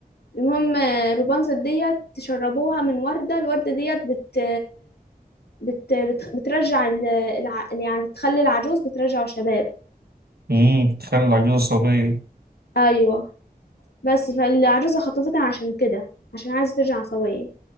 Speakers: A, on the left (about 85°); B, on the right (about 75°).
A: المهم آه، روبانزل ديت تشربوها من وردة الوردة ديت بت بت بت- بترجع ال... الع... يعني بتخلي العجوز بترجع شباب
B: أمم تخلي العجوزة صبية
A: ايوه بس فالعجوزة خطفتها عشان كده عشان عايزة ترجع سوية